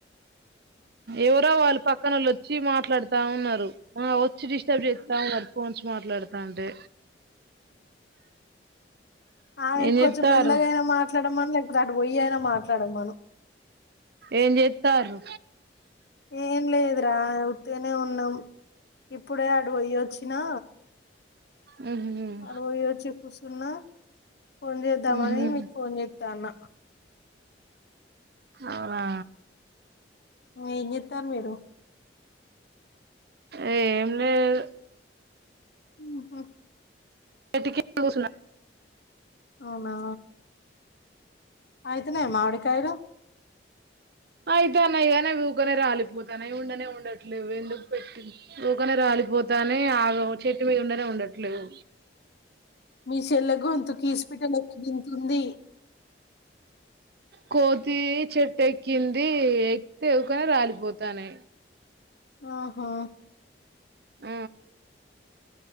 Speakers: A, on the right; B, on the left.
A: ఎవరో వాళ్ళు పక్కనోళ్ళొచ్చి మాట్లాతాఉన్నారు ఆ వచ్చి డిస్టర్బ్ చేత్తాఉన్నారు ఫోన్స్ మాట్లాడతాంటే
B: ఆమె
A: ఏం
B: కొంచెం
A: చేత్తారు
B: మెల్లగైనా మాట్లాడమను లేకపోతే అటు పోయి అయినా మాట్లా మాట్లాడమను
A: ఏం చేత్తారు
B: ఏం లేదురా ఉట్టిగానే ఉన్నాం ఇప్పుడే అటు పోయ్యొచ్చినా
A: మ్మ్ హ్మ్
B: అటు పోయిచ్చి కూసున్నా ఫోన్ చేద్దామని
A: మ్మ్ హ్మ్
B: మీకు ఫోన్ చేస్తాన్న
A: అవునా
B: ఏం చెత్తారు మీరు
A: ఏం లేదు
B: ఊహూ
A: ఉట్టికే కూసున్నా
B: అవునా ఆయితేనే మావిడికాయలు
A: అయితే అన్నాయ్ కానీ అవి ఊకనే రాలిపోతానాయి ఉండనే ఉండట్లేవు ఎందుకు పెట్టి ఊకనే రాలిపో తానాయ్ ఆగో చెట్టు మింద గా ఉండట్లేదు
B: మీ సెల్లె గొంతు కీస్పిట్ట లెక్క గింతుంది
A: కోతి చెట్టె కింది ఎక్కువగా రాలిపోతానాయి
B: ఓహో
A: ఊ